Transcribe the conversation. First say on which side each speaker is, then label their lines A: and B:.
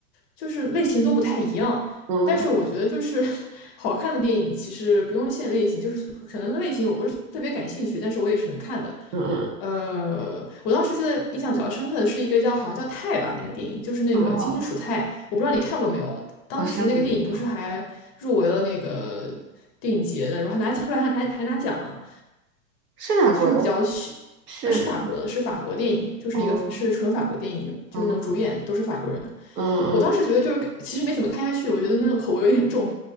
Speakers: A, on the left (about 25°); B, on the right (about 85°).
A: 就是类型都不太一样，
B: 嗯
A: 但是我觉得就是 <laughs> 好看的电影其实不用限类型，就是可能那个类型我不是特别感兴趣，但是我也是能看的。
B: 嗯嗯，嗯
A: 呃，我当时记得印象比较深刻的是一个叫好像叫泰吧那个电影，就是那个金属泰，
B: 哦，
A: 我不知道你看过没有。当时那个电影不是还入围了那个
B: 好像没有，
A: 电影节的，然后拿后来还还还拿奖了，
B: 是哪国的？
A: 就是比较虚，
B: 是，
A: 呃是法国的，是法国电影，就是一个是纯法国电影，
B: 哦
A: 就是那种主演都是法国人。
B: 哦，嗯嗯
A: 我当时觉得就是其实没怎么看下去，我觉得那个口味有点重，